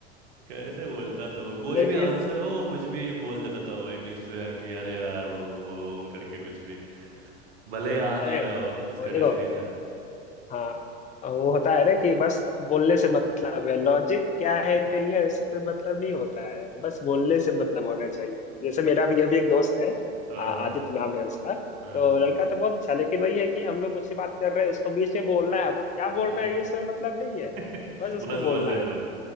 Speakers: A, on the right (about 65°); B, on the left (about 20°).
A: कैसे बोलता था वो कोई
B: लेकिन
A: भी आंसर हो वो कुछ भी बोल देता था वो इंग्लिश में कि अरे यार वो वो- वो- वो करके कुछ भी भले ही आ
B: अरे
A: नहीं रहा हो उसका
B: वो देखो
A: डेफिनेशन
B: हाँ वो होता है ना कि बस बोलने से मतलब है लॉजिक क्या है नहीं है इससे कोई मतलब नहीं होता है बस बोलने से मतलब होना चाहिए जैसे मेरा भी अभी एक दोस्त है
A: हाँ
B: आ-
A: हाँ
B: आदित्य
A: हाँ
B: नाम है उसका
A: हाँ
B: तो
A: हाँ हाँ
B: लड़का तो बहुत अच्छा लेकिन वही है कि हम लोग कुछ ही बात कर रहे हैं उसको बीच में बोलना है वो क्या
A: हम्म
B: बोल रहा है ये सब मतलब नहीं
A: <laughs>
B: है बस उसको
A: बस
B: बोलना
A: बोल देना
B: है